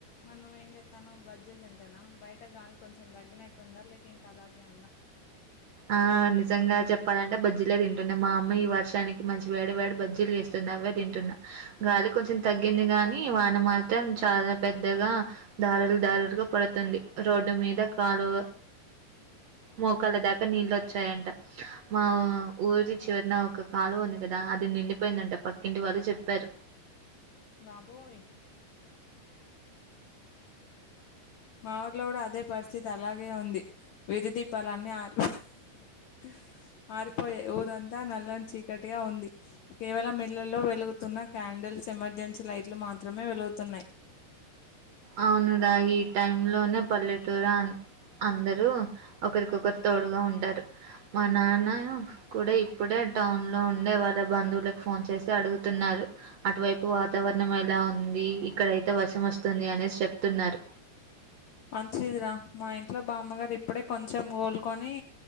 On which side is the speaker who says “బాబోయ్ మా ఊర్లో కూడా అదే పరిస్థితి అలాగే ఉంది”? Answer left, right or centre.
Left